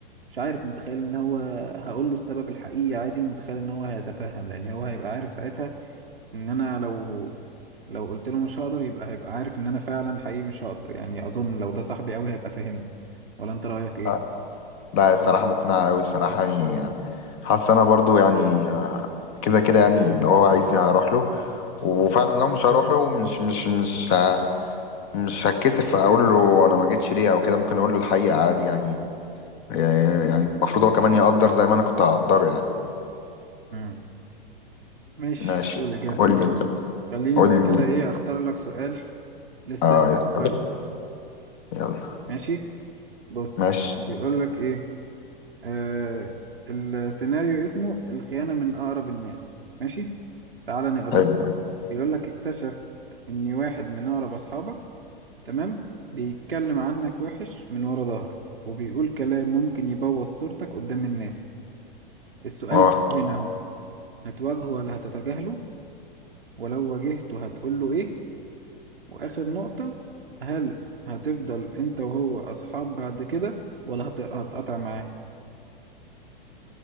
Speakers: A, on the right (about 80°); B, on the left (about 30°).
A: مش عارف متخيل ان هو هقول له السبب الحقيقي عادي ومتخيل ان هو هيتفهم لان هو هيبقى عارف ساعتها ان انا لو لو قلت له مش هقدر يبقى هيبقى عارف ان انا فعلا حقيقي مش هقدر يعني اظن لو ده صاحبي قوي هيبقى فاهمني ولا انت رأيك ايه
B: اه. لا الصراحه مقنعه قوي الصراحه يعني حاسس انا برضو يعني آه، كده كده يعني لو هو عايزني هروح له وفعلا لو مش هروح له مش مش مش ه- مش هتكسف اقول له انا ما جيتش ليه او كده ممكن اقول له الحقيقه عادي يعني آه، يعني المفروض هو كمان يقدر زي ما انا كنت هقدره يعني
A: امم ماشي
B: ماشي
A: حلو الإجابة
B: قول لي انت
A: خليني
B: قول
A: بقى كده
B: لي
A: ايه اختار لك سؤال لسه
B: اه يا اسطى
A: دلوقتي
B: يلا
A: ماشي بص
B: ماشي
A: بيقول لك ايه آه السيناريو اسمه الخيانة من أقرب الناس ماشي تعال نقراه
B: حلو
A: كده. بيقول لك اكتشفت إن واحد من أقرب أصحابك تمام بيتكلم عنك وحش من ورا ظهرك وبيقول كلام ممكن يبوظ صورتك قدام الناس السؤال
B: اه
A: هنا أهو هتواجهه ولا هتتجاهله ولو واجهته هتقوله إيه وآخر نقطة هل هتفضل أنت وهو أصحاب بعد كده ولا هت- هتقطع معاه